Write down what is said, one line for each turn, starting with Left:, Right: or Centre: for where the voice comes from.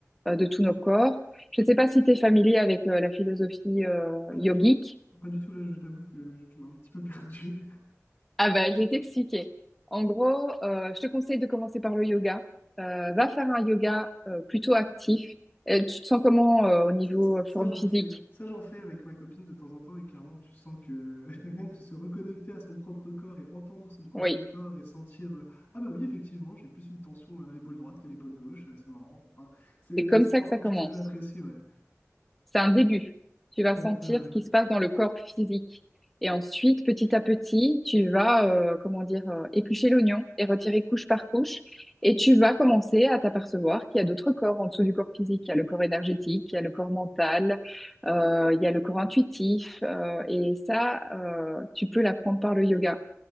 Centre: euh, de tous nos corps. Je ne sais pas si tu es familier avec euh, la philosophie euh,
Left: Pas
Centre: yogique.
Left: du tout. Pas du tout, là, je t'avoue que tu m'as un petit peu perdu. <laughs>
Centre: Ah bah, je vais t'expliquer. En gros, euh, je te conseille de commencer par le yoga. Euh, va faire un yoga euh, plutôt actif. Euh, tu te sens comment euh, au niveau
Left: Ça, ça-
Centre: euh,
Left: ça,
Centre: forme
Left: j'en
Centre: physique?
Left: fais. Ça, j'en fais avec ma copine de temps en temps et clairement, tu sens que <laughs> rien que se reconnecter à son propre corps et entendre son propre
Centre: Oui.
Left: corps et sentir euh, Ah bah oui, effectivement, j'ai plus une tension à l'épaule droite qu'à l'épaule gauche, euh, c'est marrant. Enfin, c'est
Centre: C'est comme
Left: c'est
Centre: ça
Left: vraiment
Centre: que ça
Left: quelque
Centre: commence.
Left: chose que j'apprécie, ouais.
Centre: C'est un début. Tu vas
Left: Ouais,
Centre: sentir
Left: ouais, ouais.
Centre: ce qui se passe dans le corps physique. Et ensuite, petit à petit, tu vas, euh, comment dire, euh, éplucher l'oignon et retirer couche par couche. Et tu vas commencer à t'apercevoir qu'il y a d'autres corps en dessous du corps physique. Il y a le corps énergétique, il y a le corps mental, euh, il y a le corps intuitif. euh, et ça, euh, tu peux l'apprendre par le yoga.